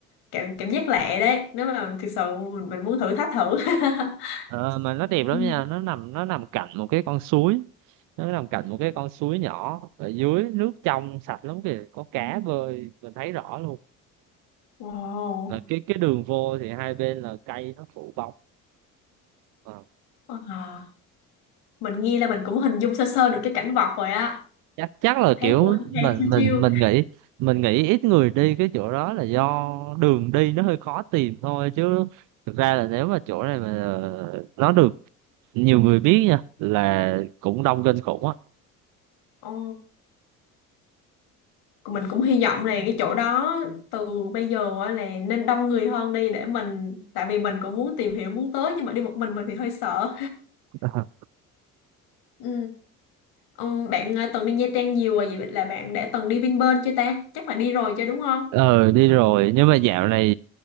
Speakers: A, on the left; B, on the right.
A: cảm cảm giác lạ đấy nếu mà thực sự mình, mình muốn thử thách thử <laughs>
B: ờ, mà nó đẹp lắm
A: Ừ.
B: nha nó nằm nó nằm cạnh một cái con suối nó nằm cạnh một cái con suối nhỏ ở dưới nước trong sạch lắm kìa có cá bơi mình thấy rõ luôn
A: wow
B: Mà cái cái đường vô thì hai bên là cây nó phủ bóng Ờ.
A: à, mình nghe là mình cũng hình dung sơ sơ được cái cảnh vật rồi á
B: chắc chắc là
A: thấy
B: kiểu
A: cũng hay
B: mình
A: hay chiêu
B: mình
A: chiêu
B: mình nghĩ mình nghĩ ít người đi cái chỗ đó là do đường đi nó hơi khó tìm thôi chứ thực ra là nếu mà chỗ này mà ờ, nó được nhiều người biết nha là cũng đông kinh khủng á
A: Ồ. mình cũng hy vọng là cái chỗ đó từ bây giờ á là nên đông người hơn đi để mình tại vì mình cũng muốn tìm hiểu muốn tới nhưng mà đi một mình mình thì hơi sợ
B: <laughs>
A: ừ. Ừm, bạn ờ, từng đi Nha Trang nhiều rồi vậy là bạn đã từng đi Vinpearl chưa ta chắc là đi rồi chứ đúng không
B: ờ đi rồi nhưng mà dạo này